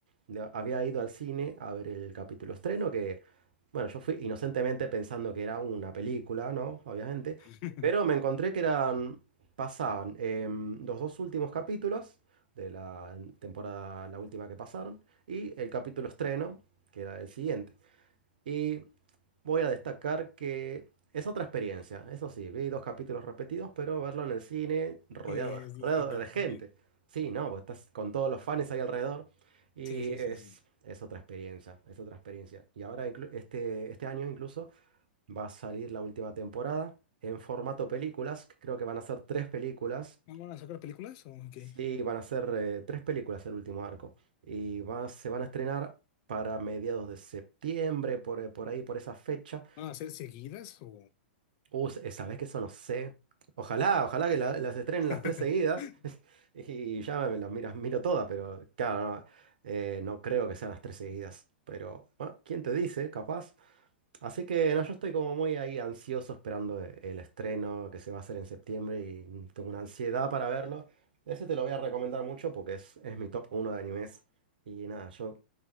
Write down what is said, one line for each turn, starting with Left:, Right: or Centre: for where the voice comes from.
Right: de- Había ido al cine a ver el capítulo estreno que... Bueno, yo fui inocentemente pensando que era una película, ¿no? Obviamente.
Left: <laughs>
Right: Pero me encontré que eran. Pasaban em, los dos últimos capítulos de la temporada, la última que pasaron, y el capítulo estreno, que era el siguiente. Y Voy a destacar que es otra experiencia, eso sí, vi dos capítulos repetidos, pero verlo en el cine rodeado
Left: Que
Right: de,
Left: es distinto.
Right: rodeado de gente.
Left: Eh,
Right: Sí, no, vos estás con todos los fans ahí alrededor y
Left: Sí, sí,
Right: es,
Left: sí, sí. sí.
Right: es otra experiencia, es otra experiencia. Y ahora inclu- este, este año incluso va a salir la última temporada en formato películas, que creo que van a ser tres películas.
Left: ¿No van a sacar películas o qué?
Right: Sí, van a ser eh, tres películas el último arco y va- se van a estrenar para mediados de septiembre, por, eh, por ahí, por esa fecha.
Left: ¿Van a ser seguidas o...?
Right: Uh, s- sabes que eso no sé. Ojalá, ojalá que la- las estrenen
Left: <laughs>
Right: las tres seguidas <laughs> y ya me, las miras, miro todas, pero claro, no, eh, no creo que sean las tres seguidas. Pero, bueno, ¿quién te dice? Capaz. Así que no, yo estoy como muy ahí ansioso esperando e- el estreno que se va a hacer en septiembre y mm, tengo una ansiedad para verlo. Ese te lo voy a recomendar mucho porque es, es mi top uno de animes. Y nada, yo